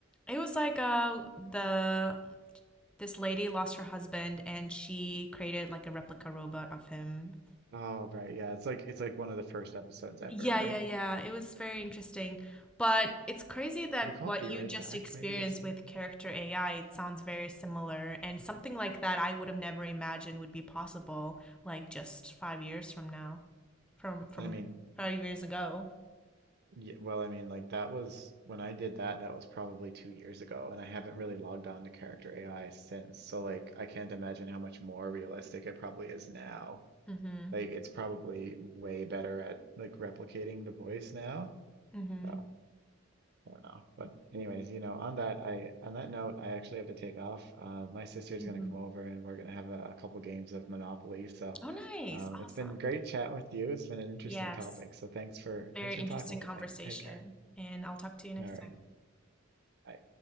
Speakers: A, in the centre; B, on the right (about 50°).
A: it was like uh the this lady lost her husband and she created like a replica robot of him
B: Oh, right. Yeah, it's like it's like one of the first episodes ever,
A: Yeah, yeah,
B: right?
A: yeah. It was very interesting. But it's crazy that
B: Is it called
A: what
B: Be
A: you
B: Right
A: just
B: Back
A: experienced
B: maybe or something
A: with
B: like
A: character AI, it sounds very similar. And something like that I would have never imagined would be possible, like just five years from now, from from
B: that? I mean,
A: five years ago.
B: Yeah, well, I mean, like that was when I did that, that was probably two years ago, and I haven't really logged on to character AI since. So, like, I can't imagine how much more realistic it probably is now.
A: Mm-hmm.
B: Like, it's probably way better at like replicating the voice now.
A: Mm-hmm.
B: So, I don't know. But anyways, you know, on that, I on that note, I actually have to take off. Uh, my sister's
A: Mm-hmm.
B: gonna come over, and we're gonna have a, a couple games of Monopoly. So,
A: Oh, nice.
B: um, it's
A: Awesome.
B: been great chatting with you. It's been an interesting
A: Yes.
B: topic. So, thanks for
A: Very
B: thanks for
A: interesting
B: talking with
A: conversation.
B: me. Take care.
A: And I'll talk to you next
B: All right.
A: time.
B: I,